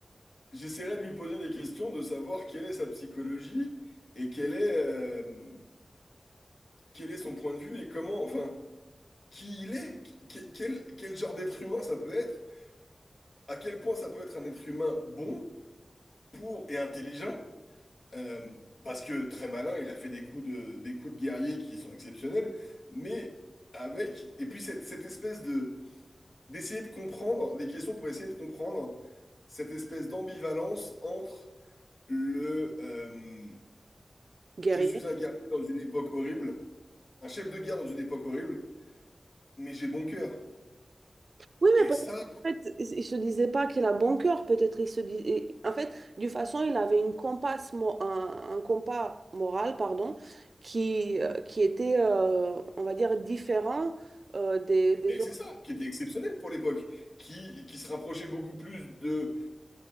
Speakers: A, on the left (about 70°); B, on the right (about 70°).
A: j'essaierai de lui poser des questions, de savoir quelle est sa psychologie et quel est, euh, quel est son point de vue et comment, enfin, qui il est, qui- qui- quel, quel genre d'être humain ça peut être, à quel point ça peut être un être humain bon, pour et intelligent. euh, parce que très malin, il a fait des coups de, des coups de guerrier qui sont exceptionnels, mais avec, et puis cette, cette espèce de d'essayer de comprendre des questions pour essayer de comprendre cette espèce d'ambivalence entre le euh,
B: Guerrier.
A: je suis un guerrier dans une époque horrible, un chef de guerre dans une époque horrible, mais j'ai bon cœur.
B: Oui,
A: Et
B: mais peut-être,
A: ça,
B: en fait, il il se disait pas qu'il a bon cœur, peut-être il se dis- et- En fait, d'une façon, il avait une compasse mo- un, un compas moral, pardon, qui, euh, qui était, euh, on va dire, différent euh, des, des
A: et c'est
B: autres.
A: ça qui était exceptionnel pour l'époque, qui, qui se rapprochait beaucoup plus de,